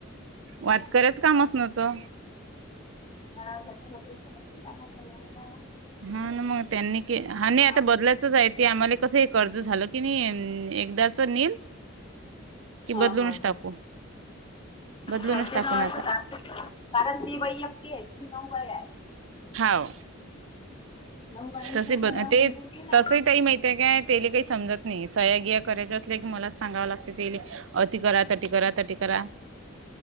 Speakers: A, on the right (about 65°); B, on the left (about 25°).
A: वातकऱ्याच कामच नतो
B: न टा एवढं काय आहे.
A: हा ना मग त्यांनी के हा आता
B: आप
A: बदलायचच आहे ते आम्हाला कसं हे कर्ज झालं की नाही एकदाच नील की
B: हा
A: बदलूनच
B: हा हा
A: टाकू बदलूूनच
B: चालते
A: टाकू
B: ना असं
A: नाता
B: टाक- कारण ते वैयक्त आहे तुम्ही नऊभळ आहे
A: हाव
B: नऊ बाईचा
A: तसे
B: ठराव
A: ब ते
B: मंजूर केला
A: तस त माहि ते काय तेले काही समजत नाही सह्यागी या करायं असले की मला सांगावं लागते तेले अत करराात तट करा तट करा